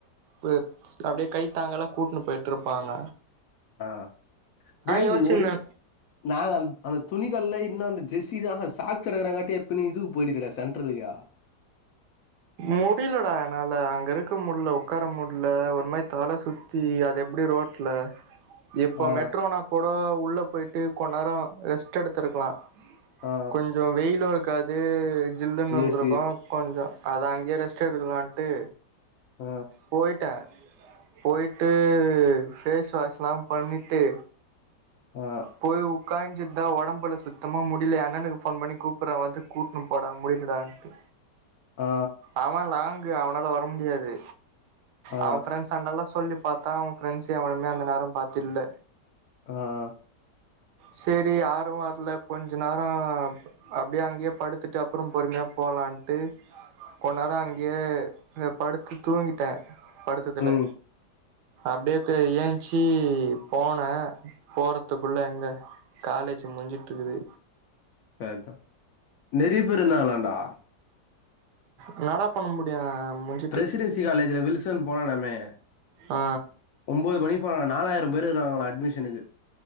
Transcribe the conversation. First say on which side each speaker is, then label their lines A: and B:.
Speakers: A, on the right (about 75°); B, on the left (about 65°).
A: <unintelligible> அப்டியே கைத்தாங்கலா கூட்டுனு போய்ட்டு இருப்பாங்க
B: ஆ டேய்
A: யோசிச்சிருந்தே
B: நீ உடு நாங்க அந்த அந்த துணிகடைல இன்னு அந்த ஜெஸீத சாக்ஸ் எடுக்குற காட்டி இப்ப நீ இதுக்கு போய்டு இருக்கடா சென்ட்ரலுக்கு
A: முடியலடா என்னால அங்க இருக்க முட்ல உக்கார முட்ல ஒரு மாரி தல சுத் த்தி அது எப்டி ரோட்ல இப்போ
B: ஆ,
A: மெட்ரோனா கூட உள்ள போய்ட்டு கொஞ் நேரோ ரெஸ்ட் எடுத்ருக்கலா
B: ஆ.
A: கொஞ்சோ வெய்யிலு இருக்காது ஜில்லுன்னு இருந்திருக்கு
B: ஏசி.
A: கொஞ்சோ அதா அங்கியே ரெஸ்ட் எடுக்கலாட்டு
B: ஆ,
A: போய்ட்டே போய்ட்டு ஃபேஸ் வாஷ்ல்லா பண்ணிட்டு
B: ஆ
A: போய் உக்காஞ்சிட் தா ஒடம்புல சுத்தமா முடில எ அண்ணனுக்கு ஃபோன் பண்ணி கூப்புறே வந்து கூட்ன்னு போடா முடியலடான்ட்டு
B: ஆ
A: அவ லாங்கு அவனால வர முடியாது
B: ஆ,
A: அவ ஃப்ரெண்ட்ஸ் அண்டெல்லா சொல்லி பாத்தா அவ ஃப்ரெண்ட்ஸ் எவனுமே அந்த நேர பாத்து இல்ல
B: ஆ ஆ
A: சேரி யாரு வர்ல கொஞ்ச நேரோ அப்டியே அங்கேயே படுத்துட்டு அப்றோ பொறுமையா போலான்ட்டு கொண்நேரோ அங்கேயே படுத்து தூங்கிட்டே படுத்ததுல
B: ம்.
A: அப்டியே பேய் ஏஞ்சி போனே போறதுக்குள்ள எங்க காலேஜ் முடிஞ்சிட்டுக்குது
B: அதுதா நெறைய பேரு இருந்தாங்களாடா
A: என்னடா பண்ண முடியு மூஞ்
B: பிரசிடென்சி காலேஜ்ல வில்சன் போனானாமே
A: ஆ
B: ஒம்போது மணிக்கு போன நாலாயிர பேர் இருக்காங்களா அட்மிஷனுக்கு